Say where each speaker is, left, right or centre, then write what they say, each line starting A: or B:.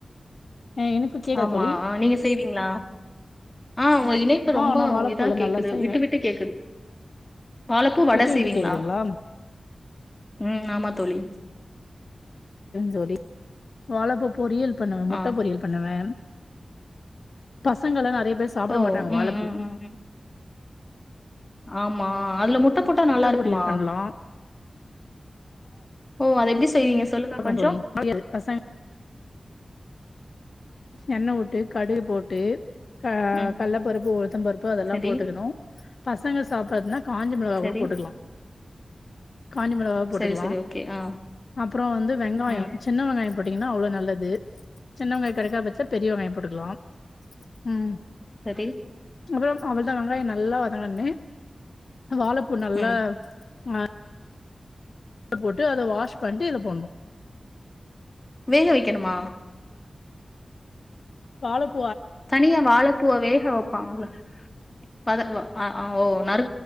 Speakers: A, on the left; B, on the left.
A: ஆ எனக்கு கேக்குதா
B: ஆமா
A: தோழி
B: நீங்க செய்வீங்களா ஆஹ் உங்க இணைப்ப
A: ஆ
B: ரொம்ப
A: நா வாழப்பூல
B: இதா கேக்குது
A: நல்லா செய்வே
B: விட்டு விட்டு கேக்குது வாழப்பூ வட
A: விட்டு
B: செய்வீங்களா
A: விட்டு கேக்குதுங்களா
B: உம் ஆமா தோழி
A: தோழி வாழபூ பொரியல் பண்ணுவ முட்ட
B: ஆ
A: பொரியல் பண்ணுவே பாஸ் பசங்களா நிறைய பேர் சாப்பிட
B: ஓ
A: மாட்டாங்க
B: ம்
A: வாழைப்பூ
B: ம் ம் ம் ஆமா அதுல முட்ட போட்டா நல்லா இருக்குமா
A: பொரியல் பண்லா
B: ஓ அது எப்படி செய்வீங்க சொல்லுங்க
A: ஆமா
B: கொஞ்சம்?
A: தோழி முடியாது பசங் எண்ணெ விட்டு கடுகு போட்டு அஹ்
B: ம்.
A: கல்லப்பருப்பு உளுத்தம் பருப்பு அதெல்லாம்
B: சரி,
A: போட்டுக்கணும் பசங்க சாப்பாடுனா காஞ்ச மிளகா
B: சரி.
A: கூட போட்டுக்கலா காஞ்ச மிளகா போட்டுக்கலா
B: சரி, சரி. ஓகே. ஆ.
A: அப்புறம் வந்து வெங்காய
B: ம்.
A: சின்ன வெங்காய போட்டிங்னா அவ்ள நல்லது சின்ன வெங்கா கெடைக்கா பச் ச பெரிய வெங்காய போட்டுக்கலா ம்
B: செரி
A: ஒரு நிம்ஷ அவ்ளதா வெங்காய நல்லா வதங்கண்ணே வாழப்பூ நல்லா
B: ம்.
A: ஆ போட்டு அத வாஷ் பண்ட்டு இத போடணு
B: வேக வெக்கணுமா
A: வாழப்
B: தனியா வாழப்பூவ வேக வெப்பாங்கல்ல பூவ ஆ அ ஓ நறு